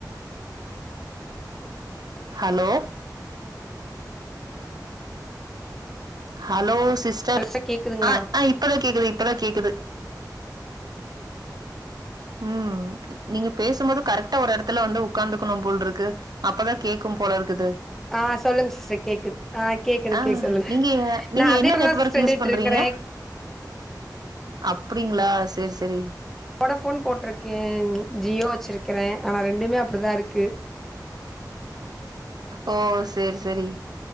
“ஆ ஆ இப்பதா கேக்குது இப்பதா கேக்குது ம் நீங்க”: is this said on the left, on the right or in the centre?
Right